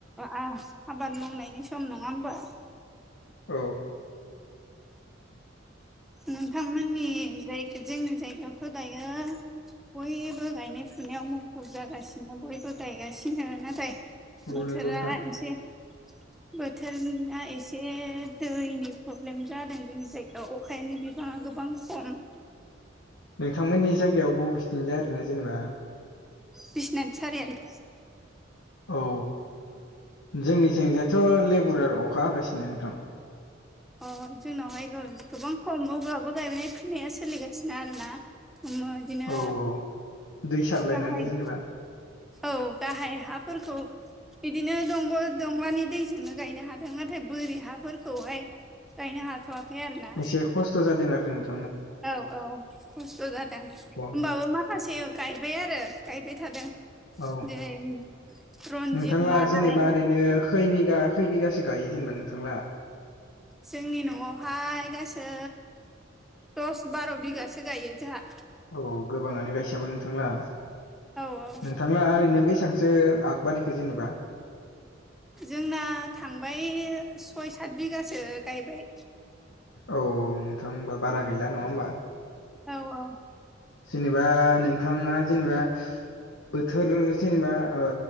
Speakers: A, in the centre; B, on the left.
A: आ-आबाद मावनायनि सम नङा होमबा?
B: औ।
A: नोंथांमोननि जायगा जोंनि जायगायावथ' दायो बयबो गायनाय फुनायाव मुखुब जागासिनो बयबो गायगासिनो नाथाय
B: औ
A: बोथोरा
B: नंगौ नोंथां
A: एसे बोथोरा एसे दैनि प्रब्लेम जादों जोंनि जायगायाव। अखानि बिबाङा गोबां खम।
B: नोंथांमोननि जायगायाव बबेथिंजाय आरोना जेनेबा।
A: बिसिनाथ सारियालि।
B: औ जोंनिथिंजायथ' लेगुरार अखा हागासिनो नोंथां।
A: अ जोंनावहाय गो-गोबां खमबावब्लाबो गायनाय फुनाया सोलिगासिनो आरोना। ओम इदिनो
B: औ औ दै सारलायनानै
A: गाहाय
B: जेनेबा
A: औ गाहाय हाफोरखौ बिदिनो दंगल-दंलानि दैजोंनो गायनो हादों नाथाय बोरि हाफोरखौहाय गायनो हाथ'वाखै आरो ना।
B: एसे खस्थ जादों आरो नोंथा
A: औ-औ खस्थ' जादों। होमबाबो
B: औ
A: माखासे गायबाय आरो गायबाय थादों।
B: औ
A: जेरै रन्जित
B: नोंथांलाहा
A: माइ
B: जेनेबा ओरैनो खै बिगा खै बिगासो गायो जेनेबा नोंथांलाहा?
A: जोंनि न'आवहाय गासै दस बार' बिगासो गायो जाहा।
B: अ गोबाङानो गायसबो नोंथांलाहा।
A: औ औ
B: नोंथां नंला ओरैनो बेसेबांसो आगबारिखो जेनेबा?
A: जोंना थांबाय सय सात बिगासो गायबाय।
B: औ-औ नोंथां होनबा बारा गैला नङा होनबा।
A: औ-औ।
B: जेनेबा नोंथाङा जेनेबा बोथोर जेनेबा ओ